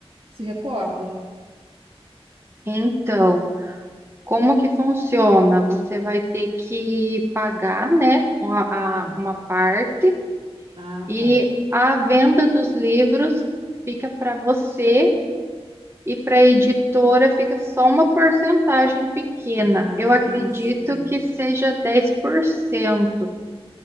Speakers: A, on the right; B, on the right.
A: se recorda?
B: Então, como que funciona? Você vai ter que pagar, né, uma, a-
A: Ah,
B: uma parte
A: ah,
B: e
A: tá.
B: a venda dos livros fica para você e para a editora fica só uma porcentagem pequena.
A: Ah,
B: Eu acredito
A: sim.
B: que seja 10%.